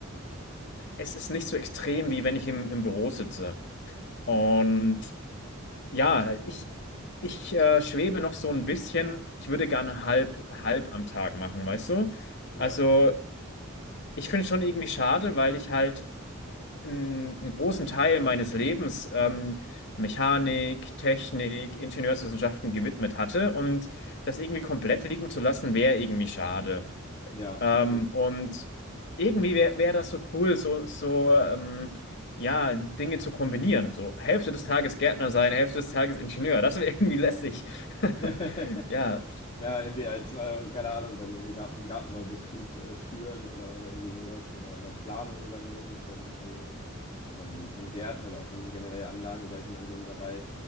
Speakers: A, on the left; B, on the left.
A: es ist nicht so extrem, wie wenn ich im, im Büro sitze. Und ja, ich, ich äh, schwebe noch so ein bisschen. Ich würde gerne halb, halb am Tag machen, weißt du?
B: Ja,
A: Also ich finde es schon irgendwie schade, weil ich halt einen, einen großen Teil meines Lebens ähm, Mechanik, Technik, Ingenieurswissenschaften gewidmet hatte und das irgendwie komplett liegen zu lassen, wäre irgendwie schade.
B: ja,
A: Ähm,
B: verstehe.
A: und irgendwie wäre wär wär das so cool, so, so ähm, ja, Dinge zu kombinieren. So Hälfte des Tages Gärtner sein, Hälfte des Tages Ingenieur. Das wäre irgendwie lässig. <laughs>
B: <laughs>
A: Ja,
B: Ja, irgendwie als, äh, keine Ahnung, dann irgendwie Garten, Gartenbaubetrieb äh, führen oder, oder irgendwie sowas oder, oder Planung übernehmen von, von von, von Gärten oder von generell Anlagen, sage ich mal, in dem Bereich.